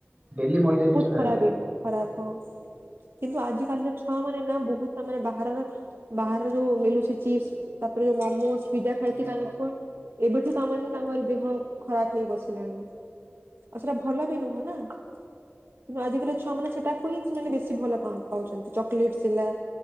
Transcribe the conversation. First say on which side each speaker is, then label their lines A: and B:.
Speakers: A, on the right; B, on the right.
A: ଡେଲି ମଇଦା ଜିନିଷ ଖାଇବା
B: ଖରାବେ
A: କଥା।
B: ଖରାପ ହ କିନ୍ତୁ ଆଜି କାଲିର ଛୁଆ ର ନା ବହୁେତ ସେମାନେ ଯୋଉ ମିଳୁଚି ଚିପସ୍ ତାପରେ ଯୋ ମୋମୋସ ପିଜା ଖାଇକି
A: ହୁଁ।
B: ତାଙ୍କୁ ଏବେଠୁ ତାମାନେ ତାଙ୍କର ଦେହ ଖରାପ ହେଇ ବସିଲାଣି। ଆଉ ସେଟା ଭଲ ବି ନୁହଁ ନା। କିନ୍ତୁ ଆଜିକାଲି ଛୁଆ ମାନେ ସେଟାକୁ ହିଁ ସେମାନେ ବେଶୀ ଭଲ ପା ପାଉଛନ୍ତି ଚକୋଲେଟସ୍ ହେଲା।